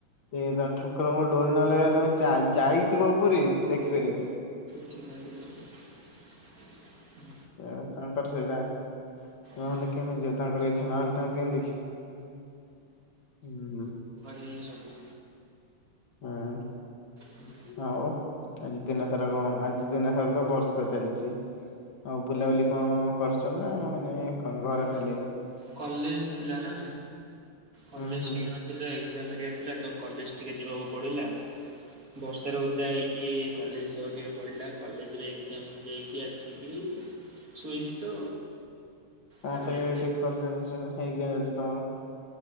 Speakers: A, on the left; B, on the right.
A: ସେ ତ ଠାକୁରଙ୍କ ଡୋରି ନ ଲାଗିଲେ ତମେ ଯା ଯାଇଥିବ ପୁରୀ ଦେଖିପାରିବନି।
B: ଦେଖିପାରିବନି। ହୁଁ
A: ସେଆ ତାଙ୍କ ର ସେଇଟା। ନହେଲେ
B: ହୁଁ ହୁଁ।
A: କେମିତି ଯିବ ତାଙ୍କର ଇଚ୍ଛା ନହେଲେ ତାଙ୍କୁ କେମିତି ଦେଖିବ। ହୁଁ!
B: ଏଇ ସବୁ।
A: ହଁ।
B: ହୁଁ
A: ହଉ ଆଜି ଦିନ ସାରା କଣ ଆଜି ତ ଦିନ ସାରା ତ ବର୍ଷା ଚାଲିଛି। ଆଉ ବୁଲାବୁଲି କଣ କରିଛ ନା ମାନେ କଣ ଘରେ
B: ନା
A: ଖାଲି?
B: କଲେଜ ଥିଲା ନା। କଲେଜ
A: ହୁଁ ହୁଁ।
B: ଟିକେ ନଥିଲେ ଏକ୍ଜାମ୍ ହେରିକା ଥିଲା ତ କଲେଜ ଟିକେ ଯିବାକୁ ପଡ଼ିଲା। ବର୍ଷାରେ ଓଦା ହେଇକି କଲେଜ ଯିବାକୁ ଟିକେ ପଡ଼ିଲା। କଲେଜରେ ଏକ୍ଜାମ ଦେଇକି ଆସିକି
A: ହଁ।
B: ଶୋଇସ୍ ତ।
A: ହଁ
B: ତାପରେ
A: ସେ
B: ଟିକେ
A: ଠିକ କଲେ ସେ <unintelligible> ତମର।